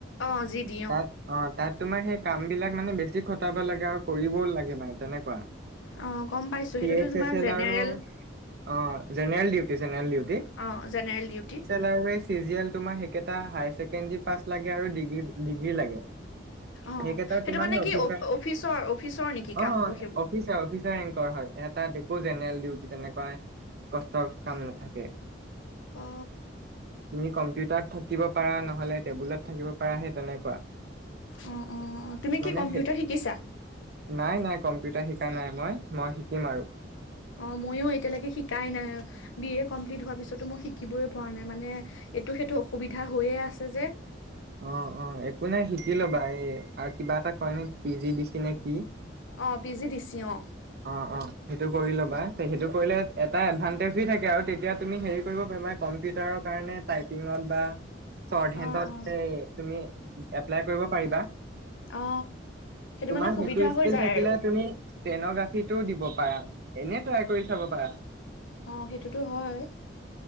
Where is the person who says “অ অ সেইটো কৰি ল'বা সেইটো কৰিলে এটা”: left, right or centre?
Right